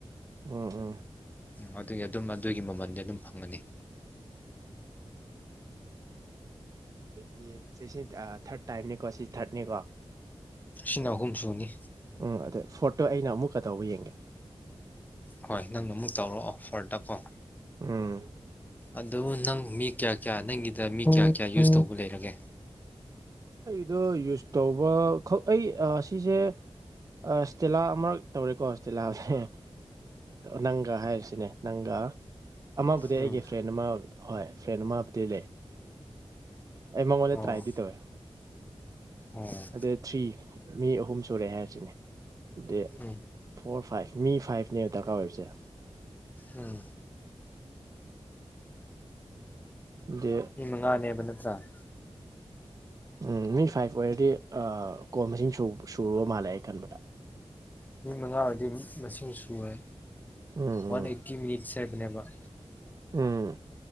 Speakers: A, on the right; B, on the left.
A: ꯎꯝ ꯎꯝ
B: ꯎ ꯑꯗꯨꯒꯤ ꯑꯗꯨꯝ ꯑꯗꯨꯒꯤ ꯃꯃꯜꯗꯤ ꯑꯗꯨꯝ ꯐꯪꯒꯅꯤ
A: ꯌꯦ ꯉꯁꯤ ꯁꯤ ꯊꯥꯔꯠ ꯇꯥꯏꯝꯅꯤꯀꯣ ꯁꯤ ꯊꯥꯔꯠꯅꯦꯀꯣ
B: ꯁꯤꯅ ꯑꯍꯨꯝ ꯁꯨꯅꯤ
A: ꯎꯝ ꯑꯗ ꯐꯣꯇꯣ ꯑꯩꯅ ꯑꯃꯨꯛꯀ ꯇꯧꯕ ꯌꯦꯡꯒꯦ
B: ꯍꯣꯏ ꯅꯪꯅ ꯑꯃꯨꯛ ꯇꯧꯔꯛꯑꯣ ꯑꯣꯐꯔꯗꯀꯣ
A: ꯎꯝ
B: ꯑꯗꯨ ꯅꯪ ꯃꯤ ꯀꯌꯥ ꯀꯌꯥꯅ ꯅꯪꯒꯤꯗ ꯃꯤ ꯀꯌꯥ ꯀꯌꯥ ꯌꯨꯁ ꯇꯧꯕ ꯂꯩꯔꯒꯦ
A: ꯑꯩꯗꯣ ꯌꯨꯁ ꯇꯧꯕ ꯑꯩ ꯁꯤꯁꯦ ꯏꯁꯇꯤꯂꯥ ꯑꯃꯔꯛ ꯇꯧꯔꯦꯀꯣ ꯏꯁꯇꯤꯂꯥꯁꯦ ꯅꯪꯒ ꯍꯥꯏꯔꯤꯁꯤꯅꯦ ꯅꯪꯒ ꯑꯃꯕꯨꯗꯤ ꯑꯩꯒꯤ
B: ꯎꯝ
A: ꯐ꯭ꯔꯦꯟ ꯑꯃ ꯍꯣꯏ ꯐ꯭ꯔꯦꯟ ꯃꯥꯄꯇ ꯂꯩꯦ ꯑꯩ ꯃꯉꯣꯟꯗ
B: ꯑꯣ
A: ꯇ꯭ꯔꯥꯏꯗꯤ ꯇꯧꯋꯦ
B: ꯑꯣ
A: ꯑꯗꯩ ꯊ꯭ꯔꯤ ꯃꯤ ꯑꯍꯨꯝ ꯁꯨꯔꯦ ꯍꯥꯏꯔꯁꯤꯅꯦ ꯑꯗꯩ
B: ꯎꯝ
A: ꯐꯣꯔ ꯐꯥꯏꯚ ꯃꯤ ꯐꯥꯏꯚꯅꯦꯕ ꯗꯔꯀꯥꯔ ꯑꯣꯏꯕꯁꯦ
B: ꯎꯝ
A: ꯑꯗꯤ
B: ꯃꯤ ꯃꯉꯥꯅꯦꯕꯅ <inaudible>
A: ꯎꯝ ꯃꯤ ꯐꯥꯏꯚ ꯑꯣꯏꯔꯗꯤ ꯀꯣ ꯃꯁꯤꯡ ꯁꯨꯔꯨꯕ ꯃꯥꯜꯂꯦ ꯑꯩ ꯈꯟꯕꯗ
B: ꯃꯤ ꯃꯉꯥ ꯑꯣꯏꯗꯤ ꯃꯁꯤꯡ ꯁꯨꯔꯦ
A: ꯎꯝ
B: ꯋꯥꯟ
A: ꯎꯝ
B: ꯑꯩꯠꯇꯤ ꯃꯤꯅꯤꯠꯁ ꯍꯥꯏꯕꯅꯦꯕ
A: ꯎꯝ